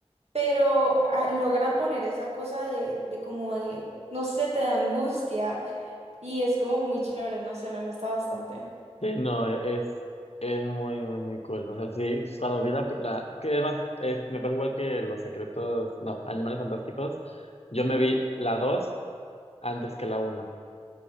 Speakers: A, on the right; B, on the left.
A: pero ah, logran poner esa cosa de, de como de, no sé, te da angustia y es como muy chévere, no sé, me gusta bastante.
B: Sí, no, e- es, es muy, muy, muy cool. O sea, sí, cuando vi la, la que es más, es- me pasa igual que Los Secretos, no, Animales Fantásticos. Yo
A: Ujú.
B: me vi la 2 antes que la uno.